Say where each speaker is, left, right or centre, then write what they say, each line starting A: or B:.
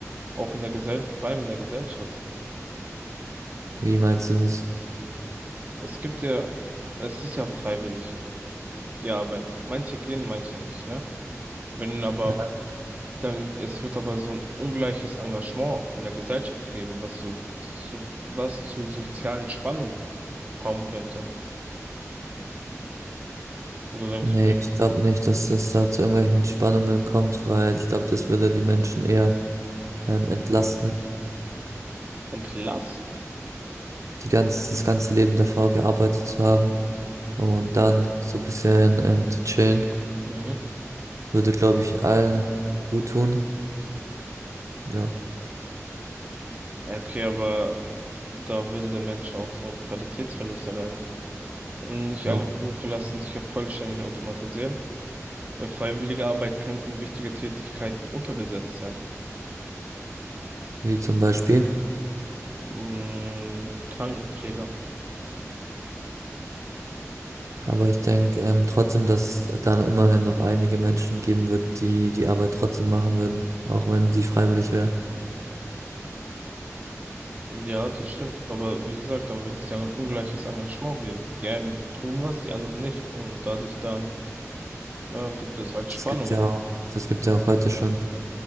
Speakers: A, on the right; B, on the right.
A: auch in der Gesellschaft, vor allem in der Gesellschaft.
B: Wie meinst du das?
A: Es gibt ja, es ist ja freiwillig, die Arbeit. Manche gehen, manche nicht, ne? Wenn aber,
B: Ja.
A: dann, es wird aber so ein ungleiches Engagement in der Gesellschaft geben, was so, so was zu sozialen Spannungen kommen könnte. Und du denkst
B: Nee,
A: du nicht,
B: ich glaube nicht, dass es da zu irgendwelchen Spannungen kommt, weil ich glaube, das würde die Menschen eher ähm, entlasten.
A: entlasten.
B: die ganz, das ganze Leben davor gearbeitet zu haben und dann so ein bisschen ähm, zu chillen,
A: Mhm.
B: würde, glaube ich, allen gut tun. Ja,
A: Okay, aber da würde der Mensch auch so einen Qualitätsverlust erleiden. Nicht
B: auch
A: alle Berufe lassen sich ja vollständig automatisieren. Bei freiwilliger Arbeit könnten wichtige Tätigkeiten unterbesetzt sein.
B: wie zum Beispiel.
A: Mm, Krankenpfleger.
B: Aber ich denke ähm, trotzdem, dass es dann immerhin noch einige Menschen geben wird, die die Arbeit trotzdem machen würden, auch wenn die freiwillig wäre.
A: Ja, das stimmt. Aber wie gesagt, dann wird es ja ein ungleiches Engagement geben. Die einen tun was, die anderen nicht. Und dadurch dann ja, gibt es halt
B: Das
A: Spannungen.
B: gibt's ja auch, das gibt's ja auch heute schon.